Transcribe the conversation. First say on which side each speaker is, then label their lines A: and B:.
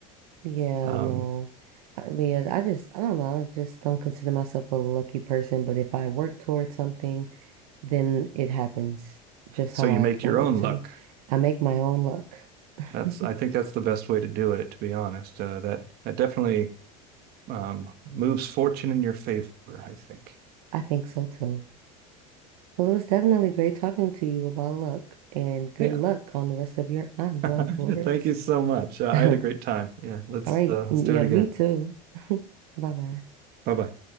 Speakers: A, on the right; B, on the right.
A: Yeah,
B: Um,
A: no. I mean, I just I don't know. I just don't consider myself a lucky person, but if I work towards something, then it happens just
B: so
A: how
B: you
A: I
B: make
A: want
B: your own
A: it to.
B: luck.
A: I make my own luck. <laughs>
B: That's I think that's the best way to do it, to be honest. Uh, that that definitely um, moves fortune in your favor, I think.
A: I think so too. Well, it was definitely great talking to you about luck and good
B: Yeah.
A: luck on the rest of your endeavors.
B: <laughs> Thank you so much.
A: <laughs>
B: Uh,
A: All
B: I had a great time. Yeah, let's
A: right.
B: uh,
A: Yeah,
B: let's do it again.
A: me too. <laughs> Bye bye.
B: Bye bye.